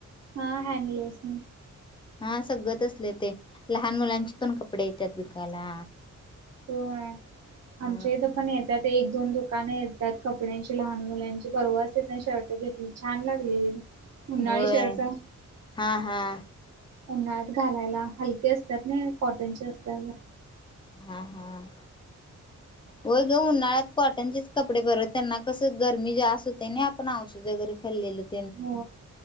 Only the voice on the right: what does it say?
हा हॅलोस.
हो
आमच्या इथं पण येत एक दोन द दुकाने येतात कपड्यांची लहान मुलांची परवाच तीतन शर्ट घेतली छान लागली. उनी
शर्टो,
उन्हाळत घालायला हलके असतात ना कॉटनचे असतात.
ह
हो